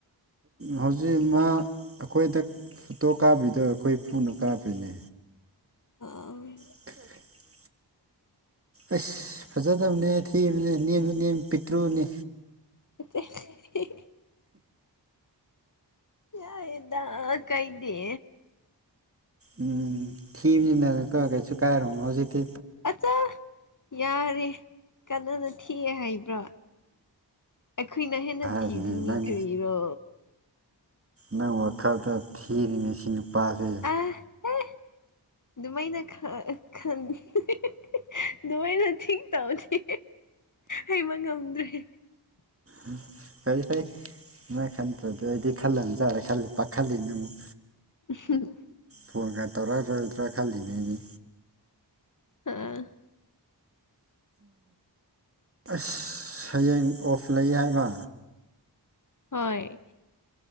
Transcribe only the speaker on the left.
ꯑꯥ
ꯑ ꯌꯥꯗ ꯀꯩꯗꯦ
ꯑꯆꯥ ꯌꯥꯔꯦ ꯀꯅꯥꯅ ꯊꯤꯑꯦ ꯍꯥꯏꯕ꯭ꯔꯣ ꯑꯩꯈꯣꯏꯅ ꯍꯦꯟꯅ
ꯊꯤꯕꯅꯤ
ꯀꯔꯤꯔꯣ
ꯑꯦ ꯑꯗꯨꯃꯥꯏꯅ ꯈꯟ ꯑꯗꯨꯃꯥꯏꯅ ꯊꯤꯡ ꯇꯧꯗꯤ ꯍꯩꯕ ꯉꯝꯗ꯭ꯔꯦ
ꯍꯝ
ꯑ
ꯍꯣꯏ